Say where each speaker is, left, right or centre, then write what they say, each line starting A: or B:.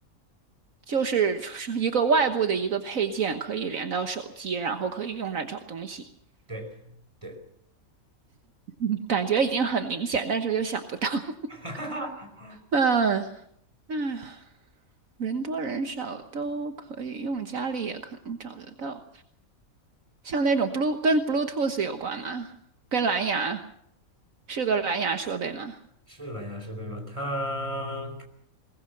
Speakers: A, on the right; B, on the right.
A: 就是是一个外部的一个配件可以连到手机，然后可以用来找东西。<laughs>
B: 对对，
A: 嗯感觉已经很明显，但是又想不到。<laughs>
B: <laughs>
A: 嗯，那人多人少都可以用，家里也可能找得到。像那种 Blue 跟 Bluetooth 有关吗？跟蓝牙是个蓝牙设备吗？
B: 是蓝牙设备吗？它。